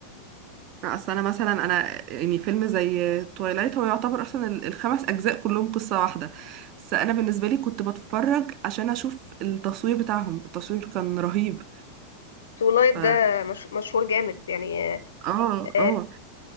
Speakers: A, on the right; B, on the left.
A: أصل أنا مثلا أنا يعني فيلم زي تويلايت هو يعتبر أصلا ال- الخمس أجزاء كلهم قصة واحدة بس أنا بالنسبة لي كنت بتفرج عشان أشوف التصوير بتاعهم التصوير كان رهيب
B: سو لايت
A: ف...
B: ده مش... مشهور جامد يعني
A: اه
B: آه،
A: اه